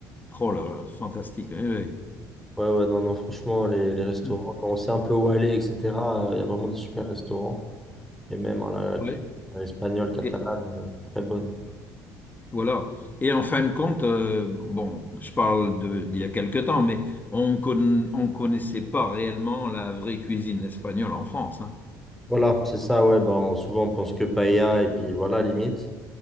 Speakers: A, on the left; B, in the centre.
A: oh là, là, fantastique. oui, oui.
B: Ouais, ouais, non, non, franchement, les, les restaurants,
A: Hmm.
B: quand on sait un peu où aller, etc., il y a vraiment des super restaurants. Et même hein, la, la cuisine
A: Oui,
B: euh, espagnole, catalane,
A: et
B: euh, très bonne.
A: voilà. Et en fin de compte, euh, bon, je parle de d'il y a quelque temps, mais on con, on connaissait pas réellement la vraie cuisine espagnole en France, hein.
B: Voilà, c'est ça, ouais, ben, souvent on pense que paella, et puis voilà, limite.